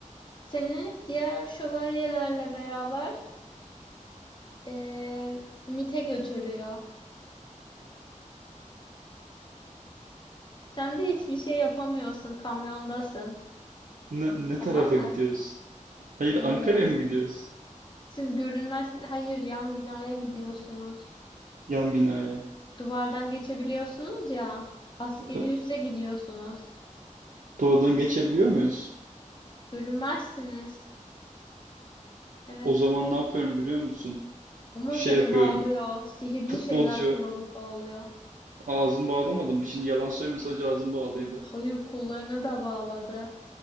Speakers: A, on the left; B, on the right.
A: Seni diğer şövalyelerle beraber e, MIT'e götürüyor. Sen de hiçbir şey yapamıyorsun, kamyondasın.
B: Ne, ne
A: Tamam
B: tarafa
A: mı?
B: gidiyoruz? Hayır
A: E,
B: Ankara'ya mı gidiyoruz?
A: Siz görünmez, hayır yan binaya gidiyorsunuz.
B: Yan binaya.
A: Duvardan geçebiliyorsunuz ya. Askeri
B: Ee,
A: üsse gidiyorsunuz.
B: Doğrudan geçebiliyor muyuz?
A: Görünmezsiniz. Evet.
B: O zaman ne yapıyorum biliyor musun?
A: Ama
B: Şey
A: seni
B: yapıyorum.
A: bağlıyor. Sihirli
B: Futbolcu.
A: şeyler kullanıp bağlıyor.
B: Ağzımı bağlamadım. Şimdi yalan söylemiyorum sadece ağzım bağlıydı.
A: Hayır kollarına da bağladı.